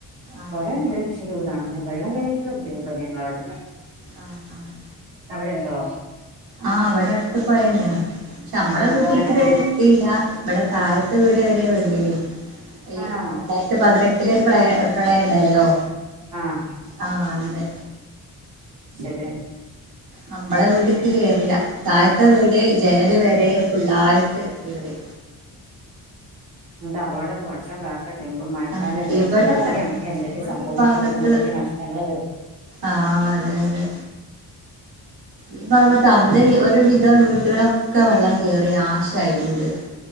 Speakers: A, on the right; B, on the right.
A: ആഹ്
B: പുഴയുണ്ട് പ ദൂരാണ് അന്നെ വെള്ളം കയയിട്ട ബുധിമുട്ടണ്ട് നമ്മള അവിടെല്ല
A: ആആഹ്
B: അവിടെ ണ്ടോ
A: ആ എവിടെ അട്ട് പോയല്ലേ ക്ഷെ നമ്മളെ
B: ആഹ്
A: വീട്ടിൽക്ക്
B: വെള്ളം
A: വരെ
B: കേ
A: എത്തിയില്ല വിള തഴത്ത് വീട് വരെ വന്നിനി ഈ
B: ആണോ
A: രണ്ടായിരത്തി പതിനെട്ടില ഒരു പ്ല പ്രളയ ഉണ്ടല്ലോ
B: ആഹ്
A: ആ അന്ന്
B: എ
A: നമ്മളെ വീട്ടി ക്ക് കേറില്ല താഴത്ത വീട് ജനല് വരെ ഫുള്ളായിട്ട് കേറി
B: എന്താ അപോടൊക്കെ വർഷണ്ട ട്ടെ മഴക്കാലല്ലേ
A: ആഹ് ഇവിടെ
B: പേടിയാണ് എന്തൊക്കെ
A: നമ്മളെ
B: സംഭവിക്കും
A: ഈ ഭാഗത്ത്
B: എന്തൊക്കെ നഷ്ടങ്ങള് വരും
A: ആഹ് അതെ അതെ ഈ ഭാഗത്ത് അന്ന് ഒരു <unintelligible> വീട്ടുകളും ഒക്ക വെള്ളം കേറി നാശയി വീട്